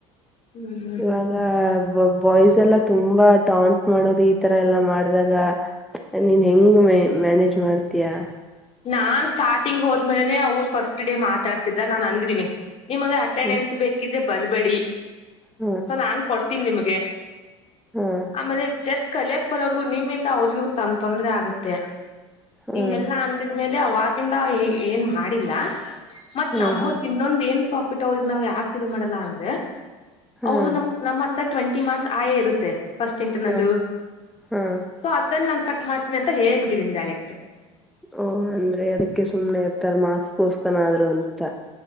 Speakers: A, on the left; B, in the centre.
A: ಹ್ಮ್
B: ಇವಾಗ <unintelligible> ಬಾಯ್ಸ್ ಎಲ್ಲ ತುಂಬಾ ಟಾಂಟ್ ಮಾಡೋದು ಈ ತರ ಎಲ್ಲಾ ಮಾಡಿದಾಗ ನೀನ್ ಹೆಂಗ್ ಮ ಮ್ಯಾನೇಜ್ ಮಾಡ್ತೀಯಾ
A: ನಾನ್ ಸ್ಟಾರ್ಟಿಂಗ್ ಹೋದ್ಮೇಲೆನೆ ಅವರು ಫಸ್ಟ್ ಡೇ ಮಾತಾಡುಸ್ತಿದ್ದ ನಾನ್ ಅಂದಿದ್ದೀನಿ ನಿಮಗೆ ಅಟೆಂಡೆನ್ಸ್
B: ಹ್ಮ್
A: ಬೇಕಿದ್ರೆ ಬಲ್ಬೇಡಿ
B: ಹ್ಮ್
A: ಸೊ ನಾನು ಕೊಡ್ತೀನಿ ನಿಮಗೆ
B: ಹ್ಮ್
A: ಆಮೇಲೆ ಜಸ್ಟ್ ಕಲಿಯಕ್ ಬರೋರ್ಗೂ ನಿಮ್ಮಿಂದ ಅವ್ರಿಗೂ ತ ತೊಂದ್ರ ಆಗತ್ತೆ
B: ಹ್ಮ್
A: ಹಿಂಗೆಲ್ಲಾ ಅಂದಿದ್ಮೇಲೆ ಅವವಾಗಿಂದ ಏನ್ ಮಾಡಿಲ್ಲ ಮತ್
B: ಹ್ಮ್
A: ನಮಗ್ ಇನ್ನೊಂದ ಏನ್ ಪ್ರಾಫಿಟ್ ಅವ್ರಿಗೆ ನಾವ್ ಯಾಕ ಇ ಮಾಡಲ್ಲ ಅಂದ್ರೆ
B: ಹ್ಮ್ ಹ್ಮ್
A: ಹೌದು ನಮ ನಮ್ಮ ಹತ್ರ ಟ್ವೆಂಟಿ ಮಾಸ್ ಆಯೇ ಇರುತ್ತೆ ಫಸ್ಟ್ ಇಂಟರ್ನಲ್ಲೂ
B: ಹ್ಮ್ ಹ್ಮ್
A: ಸೊ ಅದಲ್ಲಿ ನಾನು ಕಟ್ ಮಾಡ್ತೀನಿ ಅಂತ ಹೇಳಿಬಿಟ್ಟಿದ್ದೀನಿ ಡೈರೆಕ್ಟ್
B: ಓ ಅಂದ್ರೆ ಅದಕ್ಕೆ ಸುಮ್ನೆ ಇರ್ತಾರ ಮಾಸ್ಕೋಸ್ಕನ ಆದ್ರು ಅಂತ